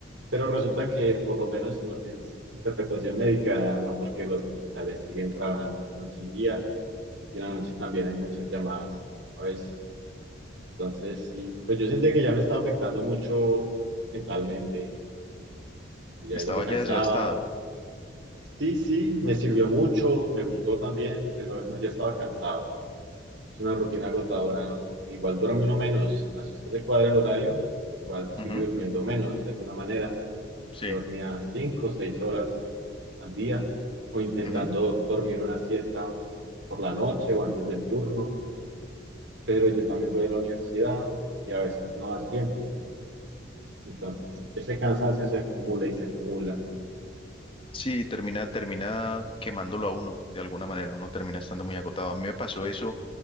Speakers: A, on the right; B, on the left.
A: pero resulta que por lo menos en lo que es interpretación médica, no porque los hospitales siguen trabajando noche y día, y en la noche también hay muchas llamadas a veces. Entonces, sí, pues yo sentía que ya me estaba afectando mucho mentalmente, y ya
B: Estaba
A: yo me cansaba.
B: ya desgastado.
A: Sí, sí, me sirvió mucho, me gustó también, pero no, ya estaba cansado. Es una rutina agotadora, ¿no? porque igual duerme uno menos. Así usted se cuadra el horario, igual sigue
B: Ujú,
A: durmiendo menos de alguna manera.
B: sí.
A: Yo dormía cinco o seis horas al día, o intentando
B: ujú.
A: dormir una siesta por la noche o antes del turno, pero yo también voy a la universidad y a veces no da el tiempo. Entonces, ese cansancio se acumula y se acumula.
B: Sí, termina, termina quemándolo a uno, de alguna manera. Uno termina estando muy agotado. A mí me pasó eso